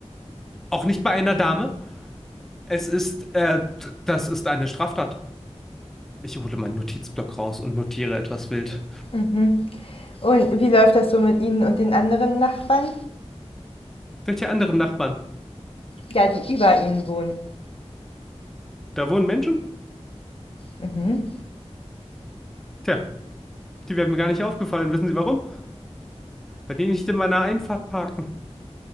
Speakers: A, in the centre; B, on the left (about 55°).
A: Auch nicht bei einer Dame. Es ist, äh, d- das ist eine Straftat. Ich hole meinen Notizblock raus und notiere etwas wild.
B: Mhm. Und wie läuft das so mit Ihnen und den anderen Nachbarn?
A: Welche anderen Nachbarn?
B: Ja, die über Ihnen wohnen.
A: Da wohnen Menschen?
B: Mhm.
A: Tja, die wären mir gar nicht aufgefallen. Wissen Sie warum? Weil die nicht in meiner Einfahrt parken.